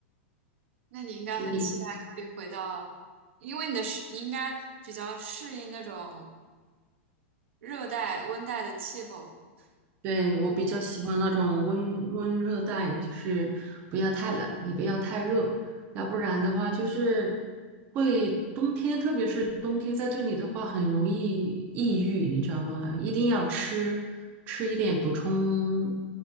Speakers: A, on the right; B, on the right.
A: 那你应该很期待可以回到，
B: 所以。
A: 因为你的适，你应该比较适应那种热带、温带的气候，
B: 对，我比较喜欢那种温温热带，
A: 应，
B: 就是不要太冷，也不要太热，要不然的话就是会冬天，特别是冬天在这里的话，很容易抑郁，你知道吗？一定要吃吃一点补充，